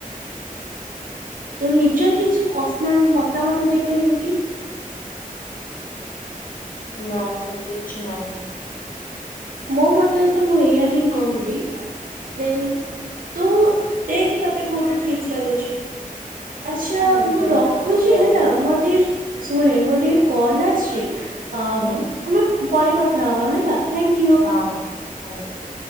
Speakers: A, on the right (about 70°); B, on the left (about 70°).
A: ତୁ ନିଜର କିଛି ପର୍ସନାଲ ମତାମତ ଦେଇପାରିବୁ କି?
B: ନା ସେମିତି କିଛି ନାହିଁ।
A: ମୋ ମତରେ ତ ମୁଁ ଏଇଆ ହିଁ କହିବି ଯେ ତୁ ଦେଖ ତତେ କୋଉଟା ଠିକ ଲାଗୁଛି। ଆଛା
B: ଦେଖାଯାଉ
A: ମୁଁ ରଖୁଛି
B: ଆଗ ଜବ୍
A: ହେଲା, ମୋର ଟିକେ ଶୁଣେ ମୋର ଟିକେ କଲ ଆସିଛି, ଆ
B: ହୁଁ
A: ଆମେ ପରେ କଥା ହବା ହେଲା, ଥାଙ୍କ୍ୟୋ।
B: ଅ ହ ହଉ।